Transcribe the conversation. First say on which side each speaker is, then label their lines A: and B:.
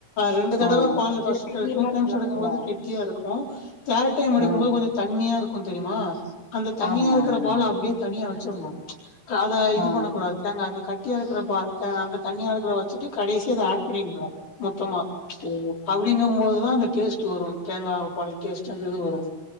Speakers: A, on the left (about 50°); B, on the left (about 30°).
A: ரெண்டு தடவ
B: ஆ
A: பால் ஃபர்ஸ்ட
B: இல்ல தண்ணில்லா
A: டூ டைம்ஸ்
B: கலக்கல
A: எடுக்கும்போது கெட்டியா இருக்கும் தேர்ட் டைம் எடுக்கும்
B: ஆ
A: போது கொஞ்சம் தண்ணியா இருக்கும் தெரியுமா அந்த தண்ணியா
B: ஆமா
A: இருக்கிற
B: ஆமா
A: பால் அப்டியே தனியா வச்சிரணும் அத இது
B: ஆ
A: பண்ணக் கூடாது தேங்கா அந்த க ட்டியா இருக்கிற பாலத்த அந்த தண்ணியா இருக்கிற வச்சிட்டு கடைசி அத அட் பண்ணிரனும் மொத்தமா
B: ஓ
A: அப்டிங்கம்போதுதா அந்த டேஸ்ட்டு வரு தேங்கா பால் டேஸ்ட்டு அந்த இது வரு